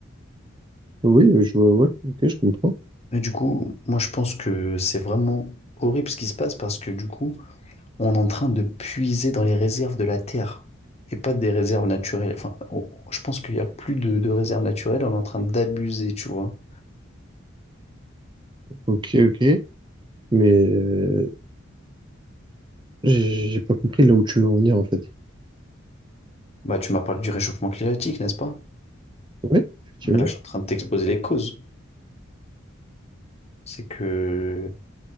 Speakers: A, on the right (about 25°); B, on the left (about 30°).
A: Oui, euh, je vois, ouais, ok, je comprends.
B: Mais du coup, moi je pense que c'est vraiment horrible ce qui se passe parce que du coup, on est en train de puiser dans les réserves de la Terre et pas des réserves naturelles. Enfin, on- je pense qu'il n'y a plus de, de réserves naturelles, on est en train d'abuser, tu vois.
A: Ok, ok, mais euh, j'ai j'ai pas compris là où tu veux en venir en fait.
B: Bah, tu m'as parlé du réchauffement climatique, n'est-ce pas?
A: Ouais, effectivement.
B: Mais là, je suis en train de t'exposer les causes. C'est que